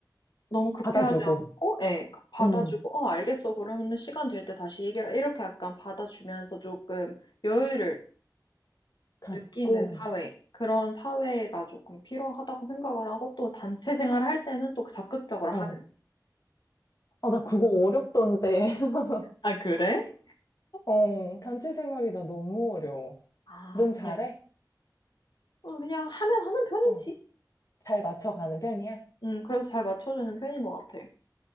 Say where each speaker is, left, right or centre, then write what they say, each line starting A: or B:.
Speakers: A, on the left (about 80°); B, on the left (about 50°).
A: 너무 급해하지
B: 받아주고,
A: 않고, 예, 받아주고,
B: 음,
A: 어, 알겠어. 그러면은 시간 될 때 다시 얘기해라. 이렇게 약간 받아주면서 조금 여유를
B: 갖고,
A: 느끼는 사회. 그런 사회가 조금 필요하다고 생각을 하고 또 단체 생활을 할 때는 또 적극적으로
B: 어.
A: 하는.
B: 아, 나 그거 어렵던데. <laughs>
A: 아, 그래?
B: 어, 단체 생활이 나 너무 어려워.
A: 아,
B: 넌 잘해?
A: 그냥, 어, 그냥 하면 하는 편이지.
B: 어, 잘 맞춰가는 편이야?
A: 음, 그래서 잘 맞춰주는 편인 것 같아.